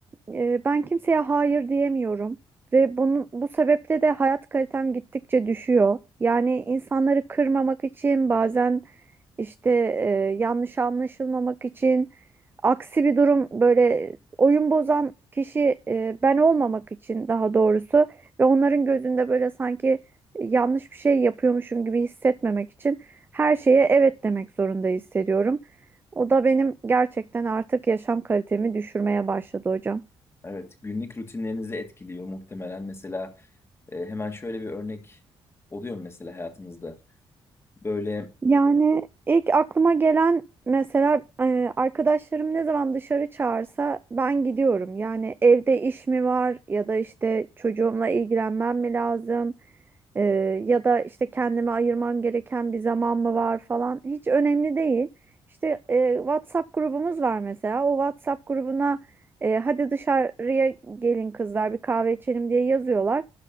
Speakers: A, on the right; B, on the left.
A: e, ben kimseye hayır diyemiyorum ve bunun bu sebeple de hayat kalitem gittikçe düşüyor. Yani insanları kırmamak için bazen işte e, yanlış anlaşılmamak için aksi bir durum böyle oyun bozan kişi e, ben olmamak için daha doğrusu ve onların gözünde böyle sanki yanlış bir şey yapıyormuşum gibi hissetmemek için her şeye evet demek zorunda hissediyorum. O da benim gerçekten artık yaşam kalitemi düşürmeye başladı hocam.
B: Evet, günlük rutinlerinizi etkiliyor muhtemelen. Mesela e, hemen şöyle bir örnek oluyor mu mesela hayatımızda? Böyle,
A: Yani ilk aklıma gelen mesela e, arkadaşlarım ne zaman dışarı çağırsa ben gidiyorum. Yani evde iş mi var ya da işte çocuğumla ilgilenmem mi lazım E, ya da işte kendime ayırmam gereken bir zaman mı var falan hiç önemli değil. İşte e, WhatsApp grubumuz var mesela o WhatsApp grubuna e, hadi dışarıya gelin kızlar bir kahve içelim diye yazıyorlar.